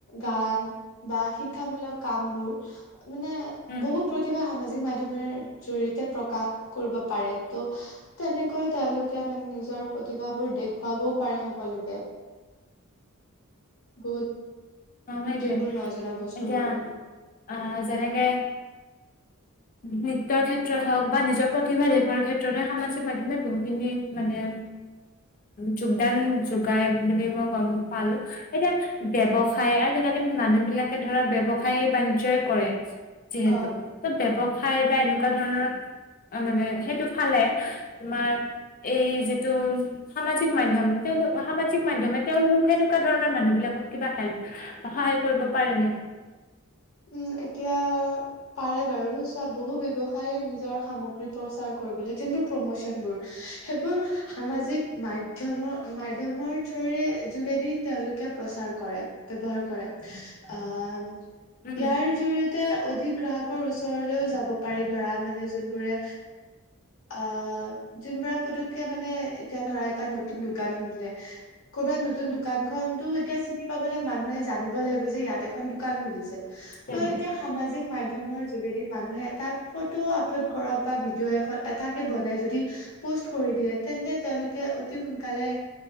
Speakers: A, on the left (about 70°); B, on the left (about 40°).
A: গান বা শিক্ষামূলক কামবোৰ মানে
B: উম
A: বহুত প্ৰতিভা সামাজিক মাধ্যমৰ জৰিয়তে প্ৰকাশ কৰিব পাৰে, ত' তেনেকৈ তেওঁলোকে মানে নিজৰ প্ৰতিভাবোৰ দেখুৱাবও পাৰে সকলোকে।
B: <inaudible>
A: বহুত।
B: অঁ সেইটোৱে,
A: যোনবোৰ নজনা বস্তুবোৰ
B: এতিয়া
A: উম
B: অ' যেনেকে নৃত্যৰ ক্ষেত্ৰত হওঁক বা নিজৰ প্ৰতিভা দেখোৱাৰ ক্ষেত্ৰতে সামাজিক মাধ্যমে বহুতখিনি মানে যোগদান, যোগাই বুলি মই গম পালো। এতিয়া, ব্যৱসায় আজিকালি, মানুহ বিলাকে ধৰা ব্যৱসায় বাণিজ্যই কৰে যিহেতু,
A: অ
B: ত ব্যৱসায় বা এনেকুৱা ধৰণৰ অ', মানে সেইটো ফালে তোমাৰ, এই যিটো সামাজিক মাধ্যম তেওঁলোক, সামাজিক মাধ্যমে তেওঁলোক সেনেকুৱা ধৰণৰ মানুহ বিলাকক কিবা হেল্প সহায় কৰিব পাৰেনে?
A: উম, এতিয়া পাৰে বাৰু, চোৱা, বহু ব্যৱসায়ীয়ে নিজৰ সামগ্ৰী প্ৰচাৰ কৰিবলৈ, যোনটো প্ৰমোচনবোৰ সেইবোৰ সামাজিক মাধ ধমৰ, মাধ্যমৰ থোৰে, যোগেদি তেওঁলোকে প্ৰচাৰ কৰে, ব্যৱহাৰ কৰে, আহ
B: উম
A: ইয়াৰ জৰিয়তে অধিক গ্ৰাহকৰ ওচৰলৈও যাব পাৰি, ধৰা মানে যোনবোৰে আ, যোনবোৰে পুতুককে মানে, এতিয়া ধৰা, এটা নতুন দোকান খুলিলে ক'বাত নতুন দোকান খনটো, এতিয়া চিনি পাবলে মানুহে জানিব লাগিব যে, ইয়াত এখন দোকান খুলিছে,
B: তেনে
A: ত' এতিয়া সামাজিক মাধ্যমৰ যোগেদি, মানুহে এটা ফটো আপলোড কৰক বা ভিডিঅ' এখন এটাকে বনায় যদি পষ্ট কৰি দিয়ে, তেন্তে তেওঁলোকে অতি সোনকালে